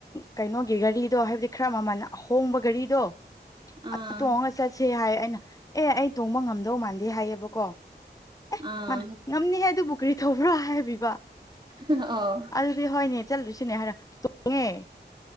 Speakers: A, on the left; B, on the right.
A: ꯀꯩꯅꯣꯒꯤ ꯘꯔꯤꯗꯣ ꯍꯥꯏꯕꯗꯤ ꯈꯔ ꯃꯃꯜ ꯑꯍꯣꯡꯕ ꯘꯔꯤꯗꯣ
B: ꯑꯥ
A: ꯑꯗꯨ ꯇꯣꯡꯉꯒ ꯆꯠꯁꯦ ꯍꯥꯏ ꯑꯩ ꯑꯩꯅ ꯑꯦ ꯑꯩ ꯇꯣꯡꯕ ꯉꯝꯗꯧ ꯃꯥꯟꯗꯦ ꯍꯥꯏꯌꯦꯕꯀꯣ ꯑꯦ
B: ꯑꯥ
A: ꯃꯥꯅ ꯉꯝꯅꯤ ꯍꯥꯏ ꯑꯗꯨꯕꯨ ꯀꯔꯤ ꯊꯧꯕ꯭ꯔꯥ ꯍꯥꯏꯕꯤꯕ
B: ꯑ
A: ꯆꯠ ꯍꯣꯏꯅꯦ ꯆꯠꯂꯨꯁꯤꯅꯦ ꯍꯥꯏꯔ ꯇꯣꯡꯉꯦ